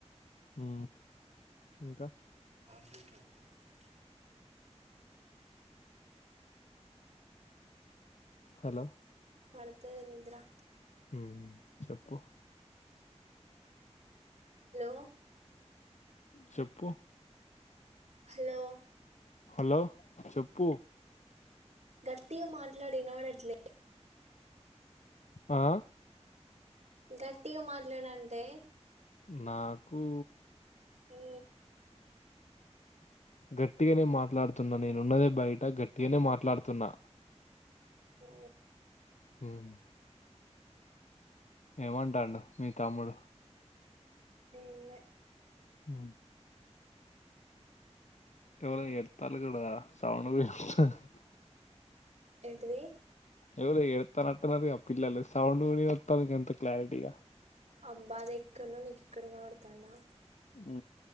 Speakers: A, on the left; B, on the right.
A: ఊ ఇంకా
B: ఆర్ జె ట్రాన్స్పోర్ట్
A: హలో
B: పడ్తటిది నిద్రా
A: ఊ చెప్పు
B: హలో
A: చెప్పు
B: హలో
A: హలో చెప్పు
B: గట్టిగా మాట్లాడు ఇనబడట్లే
A: ఆ
B: గట్టిగా మాట్లాడంటే
A: నాకూ
B: ఈ
A: గట్టిగానే మాట్లాడుతున్నా నేను ఉన్నదే బయట గట్టిగానే మాట్లాడుతున్నా
B: ఆ
A: మ్ ఏమంటాన్డు మీ తమ్ముడు
B: ఏమ్ లే
A: ఉమ్ ఎవలో ఏడుత్తళ్ళు గడ లు సౌండ్ వినపడుతంది
B: ఏంటిది
A: ఎవలో ఏడుత్తానట్టున్నారుగా పిల్లలు సౌండ్ గూడా ఇనొత్తాది గంత క్లారిటీగా
B: అబ్బా అదెకడ్నో నీకిక్కడ ఇనబడ్తాందా
A: మ్